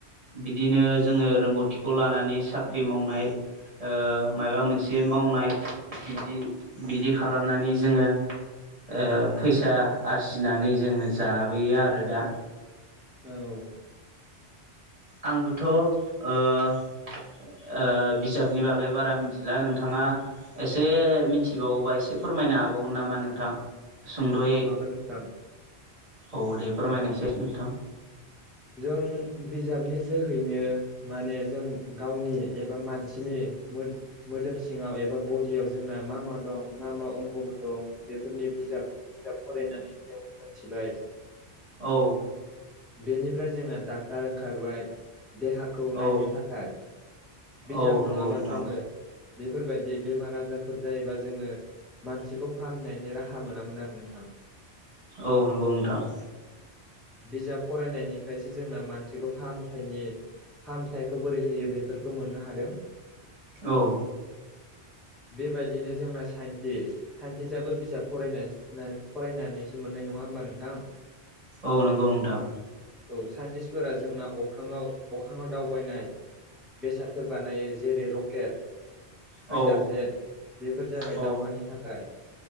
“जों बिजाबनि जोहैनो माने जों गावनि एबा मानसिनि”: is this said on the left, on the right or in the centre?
Centre